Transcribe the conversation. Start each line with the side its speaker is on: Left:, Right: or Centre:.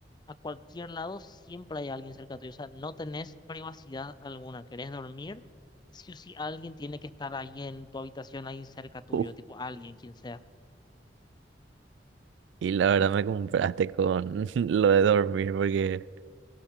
Left: a cualquier lado, siempre hay alguien cerca tuyo. O sea, no tenés privacidad alguna. ¿Querés dormir? Sí o sí, alguien tiene que estar ahí en tu habitación, ahí cerca tuyo,
Right: Uf,
Left: tipo alguien, quien sea.
Right: y la verdad me compraste con <laughs> lo de dormir, porque